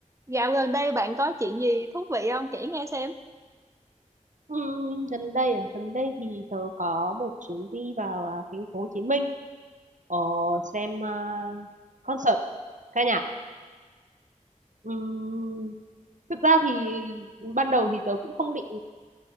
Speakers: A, on the right; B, on the right.
A: Dạo gần đây bạn có chuyện gì thú vị không? Kể nghe xem.
B: Ừ, gần đây à, gần đây thì tớ có một chuyến đi vào à, thành phố Hồ Chí Minh ờ, xem à, concert ca nhạc. Ừm, thực ra thì ban đầu thì tớ cũng không định